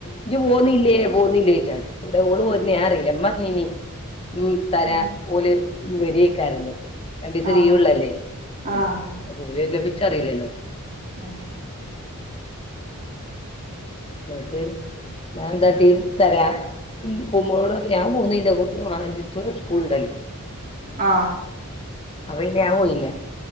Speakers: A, on the left; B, on the right.
A: ഇജി പോന്നില്ലേ പോന്നില്ലേ ചോയ്ച്ചാണ്ട് കൂടെ ഓള് പോര്ണത്
B: ഏഹ്
A: ഞാനറീല്ല ഇമ്മ പറഞ്ഞീനി ഇനി ഉം തരാ
B: ഏഹ്
A: വരേയ്ക്കോരം ഇനി രണ്ടീസം
B: ആഹ്
A: ലീവുള്ളതല്ലേ
B: ആഹ്
A: അപ്പൊ ഓല് ച്ചറിയില്ലല്ലോ
B: ആഹ്
A: മട്ടേ ഞാനെന്താട്ടീ തരാ പൂമ്മോളോട് ഞാൻ പോന്നീ അം ജിത്തൂന് സ്കൂൾ ഉണ്ടല്ലൊ
B: ആ
A: അവോണ്ട് ഞാ പോയില്ല്യ